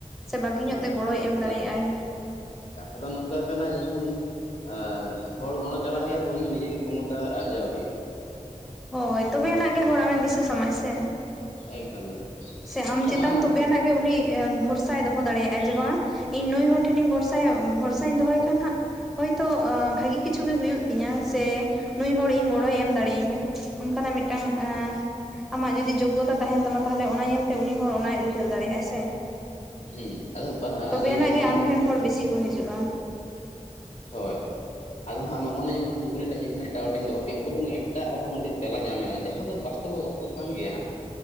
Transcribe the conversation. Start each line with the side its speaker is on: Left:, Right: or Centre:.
Centre: ᱥᱮ ᱵᱟᱹᱜᱤ
Left: ᱦᱮᱸ
Centre: ᱧᱚᱜ ᱛᱮ ᱜᱚᱲᱚᱭ ᱮᱢ
Left: ᱢᱟᱱᱮ
Centre: ᱫᱟᱲᱮᱭᱟᱼᱟᱭ᱾
Left: ᱠᱟᱛᱷᱟ ᱫᱚ ᱱᱚᱝᱠᱟ ᱠᱟᱱᱟ ᱡᱚᱠᱷᱚᱱ ᱮᱸ ᱦᱚᱲ ᱜᱚᱲᱚᱪ ᱪᱟᱞᱟᱜ ᱦᱩᱭᱩᱜᱼᱟ ᱯᱩᱭᱞᱩ ᱱᱤᱡᱮ ᱜᱮ ᱠᱷᱚᱢᱚᱛᱟ ᱟᱨᱡᱟᱣ ᱦᱩᱭᱩᱜᱼᱟ᱾
Centre: ᱦᱳᱭ, ᱛᱚᱵᱮ ᱟᱱᱟᱜ ᱜᱮ ᱦᱚᱲ ᱟᱢᱮ ᱵᱤᱥᱥᱟᱹᱥ ᱟᱢᱟᱭ ᱥᱮ᱾
Left: ᱮᱠᱫᱚᱢ ᱜᱮ
Centre: ᱥᱮ ᱟᱢ
Left: ᱟᱫᱚ
Centre: ᱪᱮᱛᱟᱱ
Left: ᱦᱟᱸᱜ
Centre: ᱛᱚᱵᱮ ᱟᱱᱟᱜ ᱜᱮ ᱩᱱᱤ <unintelligible> ᱵᱷᱚᱨᱥᱟᱭ ᱫᱚᱦᱚ ᱫᱟᱲᱮᱭᱟᱜᱼᱟᱭ ᱡᱮ ᱵᱟᱝᱼᱟ ᱤᱧ ᱱᱩᱭ ᱦᱚᱲ ᱴᱷᱮᱱᱤᱧ ᱵᱷᱨᱥᱟᱭᱟ ᱵᱷᱚᱨᱥᱟᱧ ᱫᱚᱦᱚᱭ ᱠᱷᱟᱱ ᱦᱟᱸᱜ ᱦᱳᱭᱛᱚ ᱟ ᱵᱷᱟᱜᱤ ᱠᱤᱪᱷᱩ ᱜᱮ ᱦᱩᱭᱩᱜ ᱛᱤᱧᱟ ᱥᱮ ᱱᱩᱭ ᱦᱚᱲ ᱤᱧ ᱜᱚᱲᱚᱭ ᱮᱢ ᱫᱟᱲᱮᱭᱤᱧᱟ᱾ ᱚᱱᱠᱟᱱᱟᱜ ᱢᱤᱫᱴᱟᱝ ᱮᱸᱼ ᱟᱢᱟᱜ ᱡᱩᱫᱤ ᱡᱳᱜᱽᱜᱚᱛᱟ ᱛᱟᱦᱮᱱ ᱛᱟᱢᱟ ᱛᱟᱦᱚᱞᱮ ᱚᱱᱟ ᱧᱮᱞᱛᱮ ᱩᱱᱤ ᱦᱚᱲ ᱚᱱᱟᱭ ᱩᱭᱦᱟᱹᱨ ᱫᱟᱲᱮᱭᱟᱜ ᱟᱭ ᱥᱮ᱾
Left: ᱦᱩᱸ, ᱟᱫᱚ ᱵᱟᱝᱼᱟ
Centre: ᱛᱚᱵᱮᱭᱟᱱᱟᱜ
Left: ᱟᱫᱚ ᱡᱮ ᱱᱚᱜᱼᱚ
Centre: ᱜᱮ
Left: ᱱᱚᱝᱠᱟ
Centre: ᱟᱢ ᱴᱷᱮᱱ
Left: ᱠᱷᱟᱱ
Centre: ᱦᱚᱲ ᱵᱮᱥᱤ ᱠᱚ ᱦᱤᱡᱩᱜᱼᱟ᱾
Left: ᱦᱳᱭ, ᱟᱫᱚ ᱦᱟᱸᱜ ᱱᱚᱜᱼᱚᱱᱟ ᱡᱚᱠᱷᱚᱱ ᱠᱩᱠᱞᱤ ᱴᱟᱜ ᱡᱚᱠᱷᱚᱱ ᱮᱴᱟᱜ ᱦᱚᱲ ᱴᱷᱮᱱ ᱫᱚᱦᱚ ᱠᱮᱜᱼᱟ ᱩᱱᱠᱩ ᱴᱷᱮᱱ ᱮᱴᱟᱜ ᱨᱚᱠᱚᱢ ᱢᱤᱫᱴᱤᱡ ᱛᱮᱞᱟ ᱧᱟᱢ ᱮᱱᱟ ᱡᱟᱦᱟᱸ ᱫᱚ ᱵᱟᱥᱛᱚᱵ ᱦᱚᱸ ᱵᱟᱥᱛᱚᱵ ᱠᱟᱱ ᱜᱮᱭᱟ ᱦᱟᱸᱜ